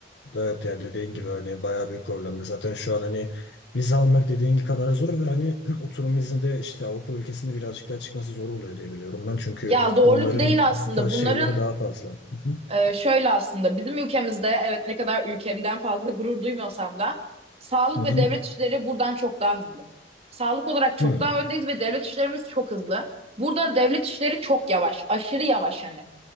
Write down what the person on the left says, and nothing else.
Evet yani dediğin gibi hani bayağı büyük problem. Zaten şu an hani vize almak dediğin gibi kadar zor ve hani <clears throat> oturum izni de işte Avrupa ülkesinde birazcık daha çıkması zor oluyor diye biliyorum ben. Çünkü
onların
bu tarz
şeyleri daha fazla. Hı hı.
Hı hı.
Hı.